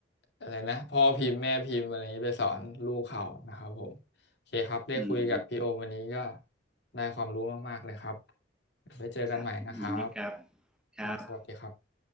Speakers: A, on the left; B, in the centre.
A: อะไรนะพ่อพิมพ์แม่พิมพ์อะไรอย่างนี้ไปสอนลูกเขานะครับผมโอเคครับได้คุยกับพี่โอมวันนี้ก็
B: อืม
A: ได้ความรู้มากๆเลยครับเดี๋ยวไว้เจอกันใหม่นะครับ
B: ครับยินดีครับครับ
A: ครับสวัสดีครับ